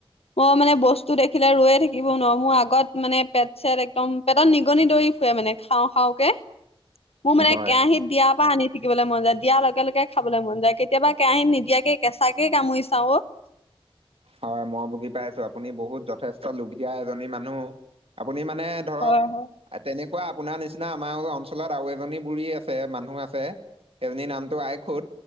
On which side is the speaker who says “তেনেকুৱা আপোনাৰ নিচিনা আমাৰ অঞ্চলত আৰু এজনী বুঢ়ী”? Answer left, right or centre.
Right